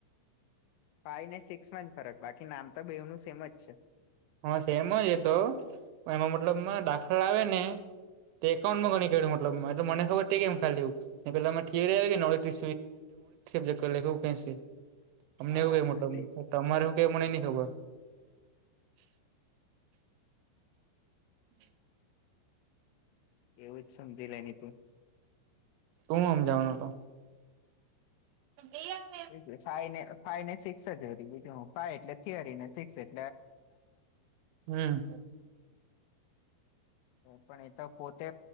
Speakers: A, on the left (about 85°); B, on the right (about 80°).
A: ફાઈ ને સિક્સ માં જ ફરક બાકી નામ તો બે નું સેમ જ છે.
B: હા સેમ જ એ તો એમાં મતલબમાં દાખલા આવે ને. તે એકઉન્ટ નું ગણી કેડ્યું મતલબ એટલે મને ખબર કેમ ખાલી પેલા. ડ ઓડબજેક્ટ એવું ક અમને
A: હા
B: એવ મો.
A: બસ એ
B: તમાર હું કઈ બના ન ખબર. <unintelligible> હમ.
A: એવું જ સમજી લે તું.
B: તું આમજવાનો હતો. હજી.
A: બી ફને ફાઈ ને સિક્સ જ હો બીજું હું ફાઈ એટલે થિયરી ને સિક્સ એ.
B: હમ.
A: પણ એ તો પોતે